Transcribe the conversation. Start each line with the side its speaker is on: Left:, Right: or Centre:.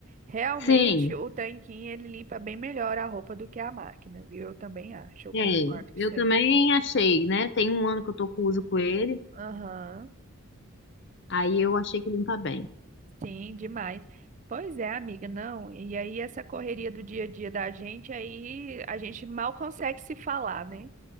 Right: Realmente,
Left: Sim,
Right: o tanquinho ele limpa bem melhor a roupa do que a máquina, viu? Eu também acho, eu concordo
Left: é.
Right: com
Left: Eu
Right: isso
Left: também
Right: aí.
Left: achei, né? Tem um ano que eu tô com uso com ele,
Right: Aham.
Left: aí eu achei que limpa bem.
Right: Sim, demais. Pois é, amiga, não. E aí essa correria do dia a dia da gente, aí a gente mal consegue se falar, né?